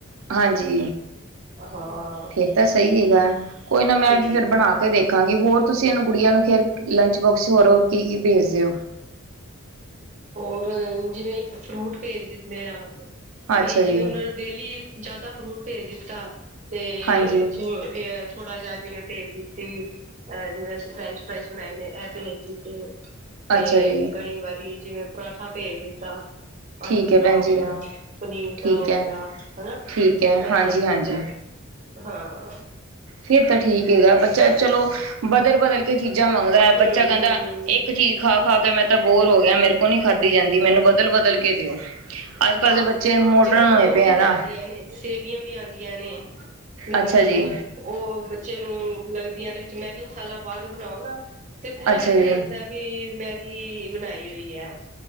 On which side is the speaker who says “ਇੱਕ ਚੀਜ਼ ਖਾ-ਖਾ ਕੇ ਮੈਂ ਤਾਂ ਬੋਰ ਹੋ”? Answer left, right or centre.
Right